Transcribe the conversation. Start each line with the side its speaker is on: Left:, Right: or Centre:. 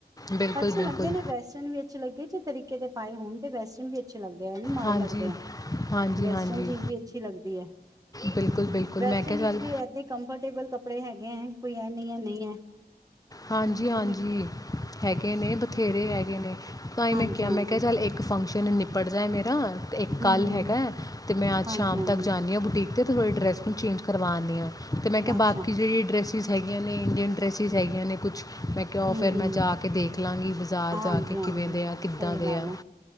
Left: ਬਿਲਕੁਲ
Right: ਅੱਛੇ
Left: ਬਿਲਕੁਲ
Right: ਲੱਗਦੇ ਨੇ, ਵੈਸਟਨ ਵੀ ਅੱਛੇ ਲੱਗਦੇ। ਤਰੀਕੇ ਦੇ ਪਾਏ ਹੋਣ ਤੇ ਵੈਸਟਰਨ ਵਿੱਚ ਲੱਗਦੇ ਹੈ ਮਾੜੇ
Left: ਹਾਂਜੀ
Right: ਲੱਗਦੇ ਆ,
Left: ਹਾਂਜੀ
Right: ਵੈਸਟਰਨ
Left: ਹਾਂਜੀ
Right: ਚੀਜ਼ ਵੀ
Left: ਬਿਲਕੁਲ ਬਿਲਕੁਲ
Right: ਵੈਸਟਰਨ
Left: ਮੈਂ ਕਿਹਾ
Right: ਵਿੱਚ
Left: ਚੱਲ
Right: ਵੀ ਏਦੇ ਕੰਫਰਟੇਬਲ ਕੱਪੜੇ ਹੈਗੇ ਐ, ਕੋਈ ਐ ਨਹੀਂ ਹੈ ਨਹੀਂ <unintelligible>
Left: ਹਾਂਜੀ, ਹਾਂਜੀ
Right: ਤੁਸੀਂ
Left: ਹੈਗੇ ਨੇ ਕਿਹੜੇ ਹੈਗੇ ਨੇ। ਤਾਂ ਹੀ
Right: ਹਾਂਜੀ
Left: ਮੈਂ ਕਿਹਾ,
Right: ਹਾਂਜੀ
Left: ਮੈਂ ਕਿਹਾ ਚੱਲ ਇੱਕ ਫੰਕਸ਼ਨ ਨਿਪਟ ਜਾਏ ਮੇਰਾ, ਅਤੇ ਇੱਕ
Right: ਹਮ
Left: ਕੱਲ੍ਹ
Right: ਹਮ
Left: ਹੈਗਾ ਹੈ, ਅਤੇ ਮੈਂ ਅੱਜ
Right: ਹਾਂਜੀ
Left: ਸ਼ਾਮ
Right: ਹਾਂਜੀ
Left: ਤੱਕ ਜਾਂਦੀ ਹਾਂ ਬੁਟੀਕ ਅਤੇ ਤੁਹਾਡੀ ਡਰੈੱਸ ਹੁਣ ਚੇਂਜ ਕਰਵਾ ਆਨੀ ਆ। ਅਤੇ ਮੈਂ ਕਿਹਾ
Right: ਅੱਛਾ
Left: ਬਾਕੀ ਜਿਹੜੀ ਡਰੈਸਿਸ ਹੈਗੀਆਂ ਨੇ ਇੰਡੀਅਨ ਡਰੈਸਿਸ ਹੈਗੀਆਂ ਨੇ ਕੁਛ ਮੈਂ ਕਿਹਾ ਉ,
Right: ਹਮ
Left: ਫਿਰ ਮੈਂ
Right: ਹਮ
Left: ਜਾ ਕੇ ਦੇਖ ਲਾਂਗੀ ਬਾਜ਼ਾਰ
Right: ਹਾਂਜੀ
Left: ਜਾ ਕੇ,
Right: ਹਾਂਜੀ
Left: ਕਿਵੇਂ ਦੇ ਆ, ਕਿੱਦਾਂ
Right: ਸਹੀ
Left: ਦੇ
Right: ਗੱਲ
Left: ਆ
Right: ਹੈ